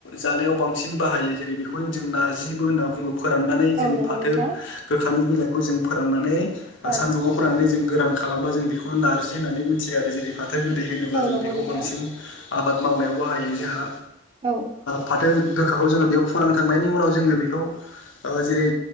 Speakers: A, on the left; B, on the right.
A: जानायाव बांसिन बाहायो जेरै बेखौनो जों नारजिबो होनना बुङो फोराननानै जों
B: औ नंगौ
A: फाथो
B: नोंथां
A: गोखानि बिलाइखौ जों फोराननानै
B: औ
A: सानदुंङाव फोराननानै जों गोरान खालामबा जों बेखौनो नारजि होननानै मिथियो आरो जेरै फाथो गोदै होनोब्ला
B: औ
A: जों
B: नंगौ
A: बेखौ
B: नोंथां
A: बांसिन आबाद मावनायाव बाहायो जोंहा
B: औ
A: फाथो गोखाखौ जोङो बेयाव फुरानखांनायनि उनाव जोङो बेखौ जेरै